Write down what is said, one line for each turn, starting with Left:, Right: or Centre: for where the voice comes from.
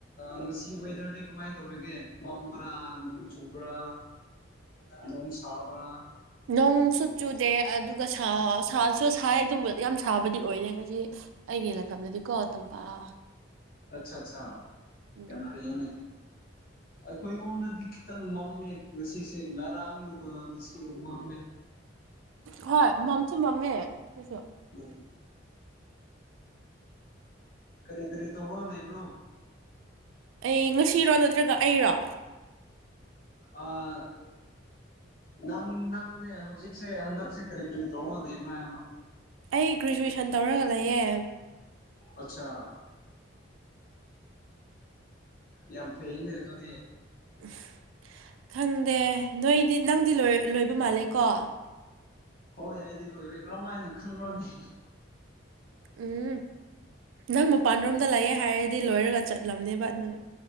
Left: ꯉꯁꯤ ꯋꯦꯗꯔꯗꯤ ꯀꯃꯥꯏꯅ ꯇꯧꯔꯤꯒꯦ꯫ ꯃꯝꯕ꯭ꯔꯥ ꯅꯣꯡ ꯆꯨꯕ꯭ꯔꯥ ꯅꯣꯡ ꯁꯥꯕ꯭ꯔꯥ
Right: ꯅꯣꯡꯁꯨꯨ ꯆꯨꯗꯦ ꯑꯗꯨꯒ ꯁꯥꯁꯨ ꯁꯥꯏ ꯑꯗꯨꯕꯨ ꯌꯥꯝ ꯁꯥꯕꯗꯤ ꯑꯣꯏꯗꯦ ꯉꯁꯤ ꯑꯩꯒꯤ ꯂꯩꯥꯏꯐꯝꯗꯗꯤ ꯀꯣ ꯇꯝꯄꯥꯛ
Left: ꯑꯠꯆꯥ ꯑꯆꯥ
Right: ꯎꯝ
Left: ꯌꯥꯝ ꯐꯔꯤꯅꯦ ꯑꯩꯈꯣꯏ ꯂꯣꯝꯗꯗꯤ ꯈꯤꯇꯪ ꯃꯝꯃꯦ ꯉꯁꯤꯁꯦ ꯉꯔꯥꯡꯗꯨꯒ ꯉꯁꯤꯒ ꯃꯝꯃꯦ ꯑ
Right: ꯍ ꯃꯝꯁꯨ ꯃꯝꯦ ꯀꯣꯏꯁꯨꯣ
Left: ꯎꯝ ꯀꯔꯤ ꯀꯔꯤ ꯇꯧꯉ ꯂꯩ ꯅꯣ
Right: ꯑꯩ ꯉꯁꯤꯔꯣ ꯅꯠꯇ꯭ꯔꯒ ꯑꯩꯔꯣ
Left: ꯑ ꯅꯪ ꯅꯪꯗꯨꯅꯦ ꯍꯧꯖꯤꯛꯁꯦ ꯍꯟꯗꯛꯁꯦ ꯀꯔꯤ ꯀꯔꯤ ꯇꯧꯔꯒ ꯂꯩꯕ꯭ꯔ ꯍꯥꯏꯕ
Right: ꯑꯩ ꯒ꯭ꯔꯦꯖꯨꯦꯁꯟ ꯇꯧꯔꯒ ꯂꯩꯌꯦ
Left: ꯑꯆꯥ ꯌꯥꯝ ꯐꯩꯌꯦꯅꯦ ꯑꯗꯨꯗꯤ
Right: ꯎ ꯈꯪꯗꯦ ꯅꯣꯏꯗꯤ ꯅꯪꯗꯤꯣꯏ ꯂꯣꯏꯕ ꯃꯥꯜꯂꯦꯀꯣ
Left: ꯍꯣꯏ ꯑꯩꯗꯤ ꯂꯣꯏꯔꯦ ꯀꯔꯝ ꯍꯥꯏꯅ ꯈꯪꯈ꯭ꯔꯣꯅꯤ
Right: ꯎꯝ ꯅꯪ ꯃꯄꯥꯟꯔꯣꯝꯗ ꯂꯥꯛꯑꯦ ꯍꯥꯏꯔꯗꯤ ꯂꯣꯏꯔꯒ ꯆꯠꯂꯝꯅꯦꯕ ꯅꯪ